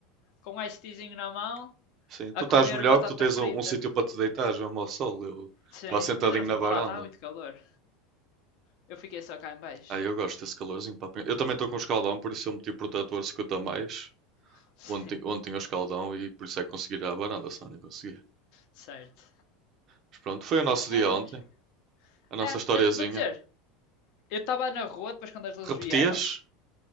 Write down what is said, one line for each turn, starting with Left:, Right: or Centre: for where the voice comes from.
Left: com um ice teazinho na mão,
Right: Sim,
Left: a
Right: tu estás
Left: comer
Right: melhor
Left: batata
Right: que tu tens
Left: frita.
Right: um, um sítio para te deitar, mesmo ao sol. Eu
Left: Sim,
Right: estava sentadinho
Left: mas eu não fui
Right: na varanda.
Left: para lá, estava muito calor. Eu fiquei só cá em baixo.
Right: Ah, eu gosto desse calorzinho. Pá. Eu também estou
Left: não
Right: com um escaldão, por isso eu meti o protetor 50 a mais.
Left: <laughs> sim,
Right: Ontem, ontem tinha o escaldão e por isso é que consegui ir à varanda, senão não conseguia.
Left: certo.
Right: Mas pronto, foi o nosso
Left: Mas,
Right: dia ontem. A nossa
Left: é,
Right: historiazinha.
Left: é, vou dizer, eu estava na rua depois quando as luzes
Right: Repetias?
Left: vieram,